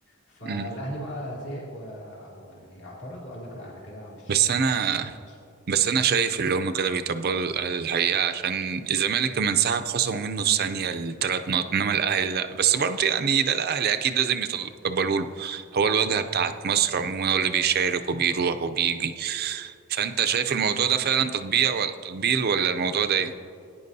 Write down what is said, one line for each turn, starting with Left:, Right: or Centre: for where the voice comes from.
Left: فالاهلي
Right: مم.
Left: بقى زهق و... او يعني اعترض وقال لك لا انا كده مش
Right: بس
Left: مش
Right: انا
Left: هروح الماتش
Right: بس انا شايف اللي هم كده بيطبلوا الاهلي الحقيقه عشان الزمالك لما انسحب خصموا منه في ثانيه الثلاث نقط انما الاهلي لا بس برضه يعني ده الاهلي اكيد لازم يطبلوا له هو الواجهه بتاعت مصر عموما هو اللي بيشارك وبيروح وبيجي فانت شايف
Left: بس
Right: الموضوع ده فعلا تطبيع ولا تطبيل ولا الموضوع ده ايه